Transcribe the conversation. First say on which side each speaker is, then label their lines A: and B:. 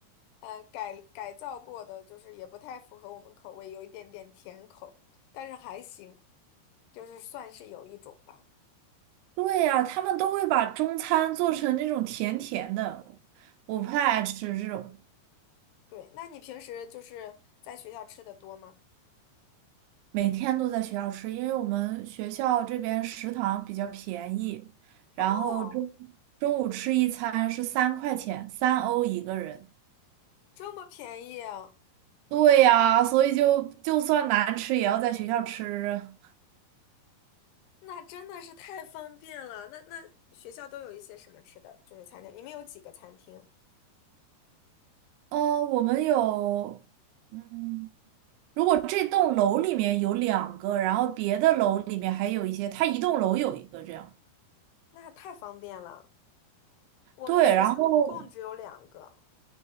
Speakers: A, on the left; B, on the right.
A: 呃，改改造过的，就是也不太符合我们口味，有一点点甜口，但是还行，就是算是有一种吧。
B: 对呀，他们都会把中餐做成那种甜甜的，我不太爱吃这种。
A: 对，那你平时就是在学校吃的多吗？
B: 每天都在学校吃，因为我们学校这边食堂比较便宜，然后中
A: 哦，
B: 中午吃一餐是三块钱，三欧一个人。
A: 这么便宜啊！
B: 对呀，所以就就算难吃，也要在学校吃啊。
A: 那真的是太方便了。那那学校都有一些什么吃的，就是餐厅。你们有几个餐厅？
B: 哦，我们有，嗯，如果这栋楼里面有两个，然后别的楼里面还有一些，它一栋楼有一个这样。
A: 那太方便了。我们学校一共只有两个。
B: 对，然后